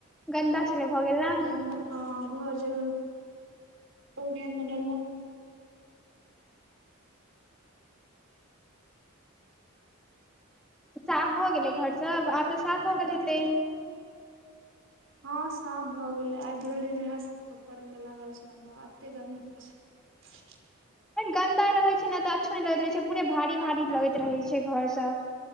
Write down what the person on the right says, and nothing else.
तऽ
गन्दा हँ घर जा म <unintelligible>
हँ साफ भऽ गेलै आइ भरि दिन इएह सब करयमे लागल छलौ बा एतेक गन्दा छल <unintelligible>